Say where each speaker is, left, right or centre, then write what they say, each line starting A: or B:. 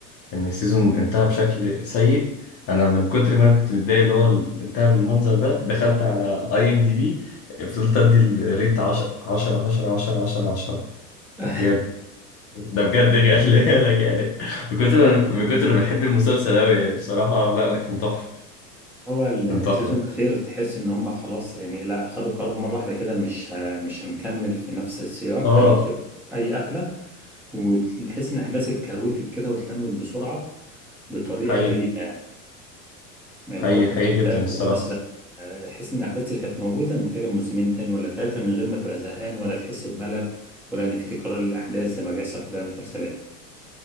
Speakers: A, on the left (about 30°); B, in the centre.
A: ان السيزون انتهى بشكل سيء انا من كتر ما انا كنت متضايق اللي هو ال- انتهى بالمنظر ده دخلت على اي ام دي بي فضلت ادي الريت 10 10 10 10 10 10
B: <laughs> م-
A: بجد ده بجد خلي بالك يعني من كتر من كتر ما بحب المسلسل قوي يعني بصراحة لا لا كان تحفة
B: هو السيزون
A: كان تحفة
B: الاخير تحس ان هم خلاص يعني لا خدوا قرار مرة واحدة كده مش ه... مش هنكمل في نفس السياق
A: اه
B: هنقفل اي قفلة وتحس ان الاحداث اتكروتت كده واتلمت بسرعة بطريقة
A: حقيقي
B: غريبة يعني
A: حقيقي
B: هو كان
A: حقيقي
B: محتاج
A: جدا الصراحة
B: مثلا آه، حس ان الاحداث اللي كانت موجوده محتاجه موسمين تاني ولا ثلاثه من غير ما تبقى زهقان ولا تحس بملل ولا ان في تكرار للاحداث زي ما بيحصل في باقي المسلسلات